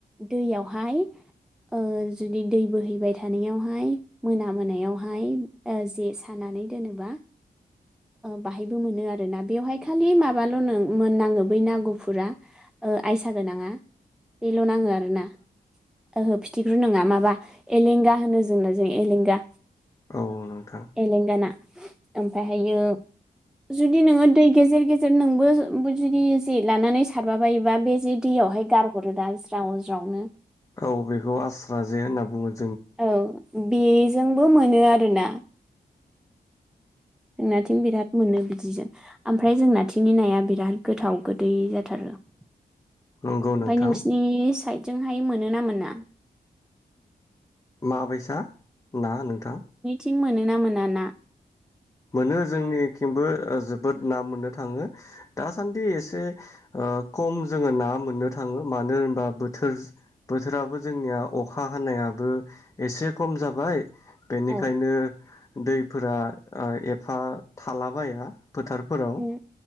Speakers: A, in the centre; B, on the left.
A: दैयावहाय ओ जुदि दै बोहैबाय थानायावहाय मोना मोनायावहाय जे सानानै दोनोबा बाहायबो मोनो आर ना बेवहाय खालि माबाल' नों मोननाङो बै नागुफुरा ओ आयसा गोनांङा बेल' नांङो आरो ना ओहो फिथिख्रु नंङा माबा एलेंगा होनो जोंनो जों एलेंगा
B: औ नोंथां
A: तेलेंगा ना ओमफ्राय ओमफ्रायो जुदि नोंङो दै गेजेर-गेजेर नोंबो जुदि जे लानानै सारबा बायोबा बे जे दैयावहाय गारहरो दा ज्राव ज्रावनो
B: औ बेखौ आस्रा जे होनना बुंङो।
A: औ बे जोंबो मोनो आरोना जोंनाथिं बिराद मोनो बिदिजों ओमफ्राय जोंनाथिंनि नाया बिराद गोथाव गोदै जाथारो। ओमफ्राय
B: नंगौ नोंथां
A: नोंसिनि साइद जोंहाय मोनोना मोना
B: बाबैसा ना नोंथां
A: थिं मोनोना मोना ना?
B: मोनो जोंनि थिंबो ओ जोबोद ना मोननो थांङो दासान्दि एसे ओ खम जोंङो ना मोननो थांङो मानो होनबा बोथोर बोथोराबो जोंनिया अखा हानायाबो एसे खम जाबाय। बेनिखायनो
A: औ
B: दैफोरा ओ एफा थालाबाया फोथारफोराव
A: उम